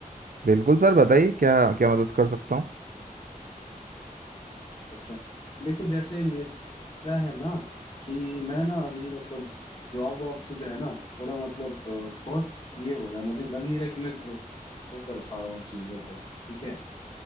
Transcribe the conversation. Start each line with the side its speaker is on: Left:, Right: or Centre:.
Right: बिल्कुल सर बताइए क्या क्या मदद कर सकता हूँ
Left: अच्छा अच्छा। देखो जैसे मेरा मेरा है ना कि मैं ना अभी मतलब जॉब वॉब से जो है ना थोड़ा मतलब अ, बहुत ये हो रहा है मुझे लग नहीं रहा कि मैं ग्रो कर पा रहा हूँ चीजों पे ठीक है